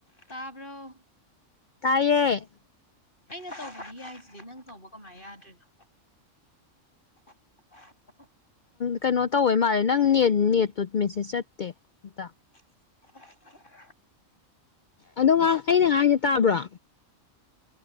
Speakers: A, on the left; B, on the left.
A: ꯇꯕꯔ‌ꯣ
B: ꯇꯌꯦ
A: ꯑꯩꯅ ꯇꯧꯕꯗꯤ ꯌꯥꯏꯁꯤꯗꯤ ꯅꯪ ꯇꯧꯕ ꯀꯃꯥꯏ ꯌꯥꯗ꯭ꯔꯤꯅꯣ <inaudible>
B: ꯀꯩꯅꯣ ꯇꯧꯋ ꯃꯥꯜꯂꯦ ꯅꯪ ꯅ ꯅꯦꯠꯇꯨ ꯃꯦꯁꯦꯖ ꯆꯠꯇꯦ ꯑꯝꯇ
A: <inaudible>
B: ꯑꯗꯣ ꯉꯥꯏꯍꯥꯛ ꯑꯩꯅ ꯉꯥꯏꯍꯅ ꯇꯥꯕ꯭ꯔꯣ